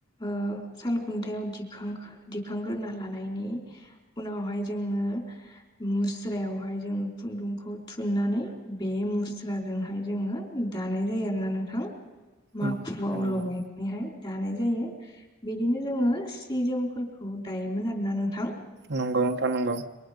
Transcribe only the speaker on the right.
नंगौ नोंथां नंगौ
नंगौ नोंथा नंगौ।